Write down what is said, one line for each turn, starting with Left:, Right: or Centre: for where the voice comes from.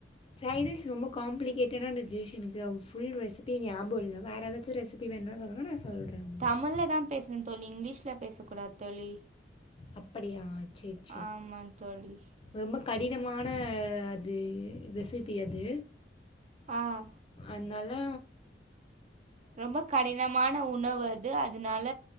Left: ஃப்ரைட் ரைஸ் ரொம்ப காம்ப்ளிகேட்டான டிஷ் எனக்கு ஃபுல் ரெிசிபி நியாபகம் இல்ல வேறு ஏதாச்சும் ரெஸிப்பி வேணும்னா சொல்லுங்க நான் சொல்கிறேன் உங்களுக்கு
Right: தமிழ்ல தான் பேசணு தோழி இங்கிலீஷ்ல பேச கூடாது தோழி
Left: அப்படியா செரி செரி
Right: ஆமா தோழி
Left: ரொம்ப கடினமா ஆன அது ரெசிபி அது
Right: ஆஹ்
Left: அத்னால
Right: ரொம்ப கடினமான உணவு அது அதனால